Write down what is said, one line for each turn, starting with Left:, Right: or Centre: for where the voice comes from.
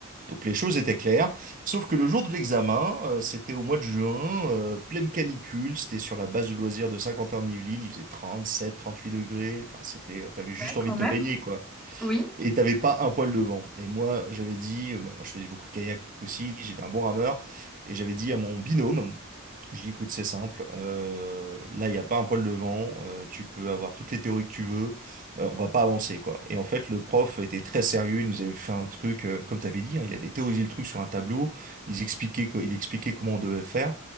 Right: Donc les choses étaient claires, sauf que le jour de l'examen, euh, c'était au mois de juin, euh, pleine canicule, c'était sur la base de loisirs de Saint-Quentin-en-Yvelines, il faisait trente sept, trente-huit degrés, enfin c'était, euh, t'avais juste
Centre: Ouais,
Right: envie
Centre: quand
Right: de
Centre: même.
Right: te baigner quoi,
Centre: Oui.
Right: et t'avais pas un poil de vent. Et moi, j'avais dit, euh, bon, moi je faisais beaucoup de kayak aussi, j'étais un bon rameur, et j'avais dit à mon binôme, je dis, écoute, c'est simple. euh, là, il n'y a pas un poil devant. euh, tu peux avoir toutes les théories que tu veux. euh, on va pas avancer, quoi. Et en fait, le prof était très sérieux. Il nous avait fait un truc, euh, comme tu avais dit, hein, il avait théorisé le truc sur un tableau. Il expliquait, que- il expliquait comment on devait faire.